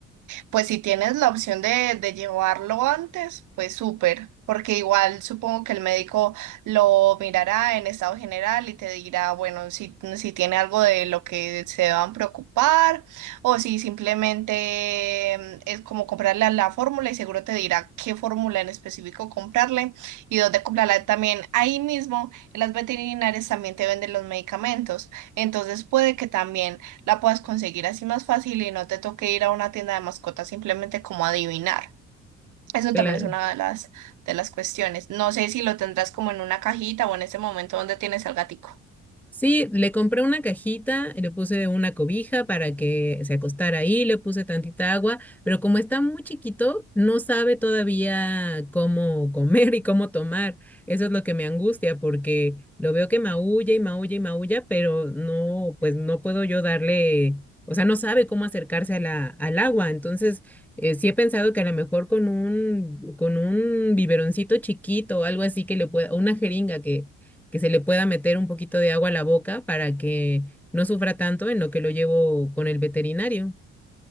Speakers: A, on the right; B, in the centre.
A: Pues si tienes la opción de, de llevarlo antes, pues súper, porque igual supongo que el médico lo mirará en estado general y te dirá, bueno, si, si tiene algo de lo que se deban preocupar o si simplemente mm, es como comprarle a la fórmula y seguro te dirá qué fórmula en específico comprarle y dónde comprarla también. Ahí mismo, en las veterinarias también te venden los medicamentos, entonces puede que también la puedas conseguir así más fácil y no te toque ir a una tienda de mascotas simplemente como adivinar. Eso
B: Claro.
A: también es una de las, de las cuestiones. No sé si lo tendrás como en una cajita o en ese momento donde tienes al gatico.
B: Sí, le compré una cajita, le puse una cobija para que se acostara ahí, le puse tantita agua, pero como está muy chiquito, no sabe todavía cómo comer y cómo tomar. Eso es lo que me angustia porque lo veo que maulla y maulla y maulla, pero no, pues no puedo yo darle, o sea, no sabe cómo acercarse a la, al agua. Entonces, eh, sí he pensado que a lo mejor con un, con un biberoncito chiquito o algo así que le pueda, o una jeringa que que se le pueda meter un poquito de agua a la boca para que no sufra tanto en lo que lo llevo con el veterinario.